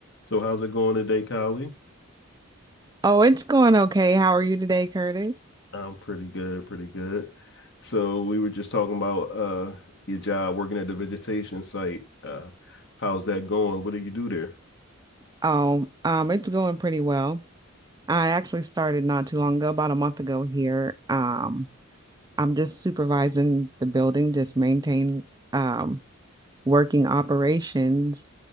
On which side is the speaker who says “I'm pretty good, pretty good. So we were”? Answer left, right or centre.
Left